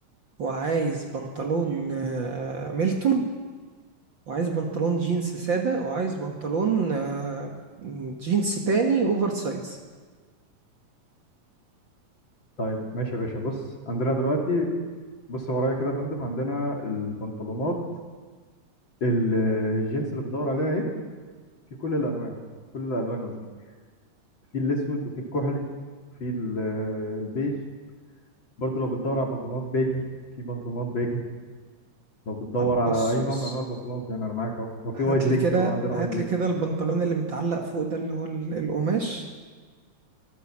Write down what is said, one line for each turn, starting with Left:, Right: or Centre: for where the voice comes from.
Right: وعايز بنطلون آه، ميلتون وعايز بنطلون جينز سادة وعايز بنطلون آه، جينز تاني اوفر سايز
Left: طيب ماشي يا باشا بص عندنا دلوقتي بص ورايا كده يا فندم عندنا البنطلونات ال- الجينز اللي بتدور عليها اهي في كل الانواع كل الالوان قصدي في الاسود وفي الكحلي في ال- البيج برضه لو بتدور على بنطلونات باجي في بنطلونات باجي لو بتدور
Right: طب
Left: على
Right: بص
Left: اي
Right: بص
Left: نوع من انواع البنطلونات يعني انا معاك اهو لو في وايد
Right: هات لي
Left: ليج
Right: كده
Left: اهو عندنا
Right: هات
Left: وايد ليج
Right: لي كده البنطلون اللي متعلق فوق ده اللي هو ال- القماش